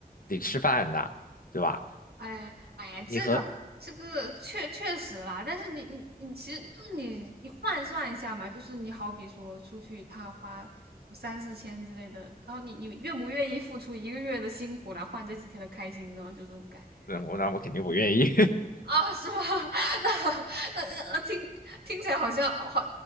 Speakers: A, on the left; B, on the right.
A: 得吃饭的，对吧？
B: 哎哎呀，
A: 你和
B: 这个这个确确实啦，但是你你你其实就是你你换算一下嘛，就是你好比说出去他花三四千之类的，然后你你愿不愿意付出一个月的辛苦来换这几天的开心呢？就这种感觉
A: 嗯，我那我肯定不愿意，
B: 啊，是吗？<laughs> 那那那那听听起来好像好好